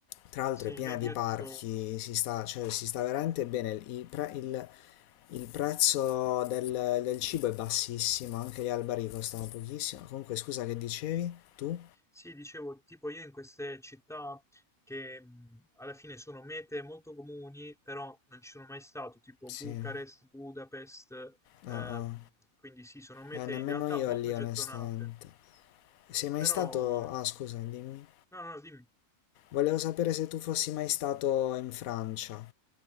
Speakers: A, on the left; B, in the centre.
A: Tra l'altro
B: sì,
A: è piena
B: vedi,
A: di
B: io
A: parchi,
B: tipo...
A: si sta, cioè, si sta veramente bene. Il, pre- il il prezzo del, del cibo è bassissimo, anche gli alberi costano pochissimo. Comunque, scusa, che dicevi? Tu?
B: Sì, dicevo, tipo io in queste città che mh, alla fine sono mete molto comuni, però non ci sono mai stato, tipo
A: Sì.
B: Bucarest, Budapest, ehm,
A: Ah, ah.
B: quindi sì, sono mete
A: Eh, nemmeno
B: in realtà
A: io
B: molto
A: lì,
B: gettonate,
A: onestamente. Sei mai
B: però...
A: stato... Ah, scusa, dimmi.
B: No, no, dimmi.
A: Volevo sapere se tu fossi mai stato in Francia.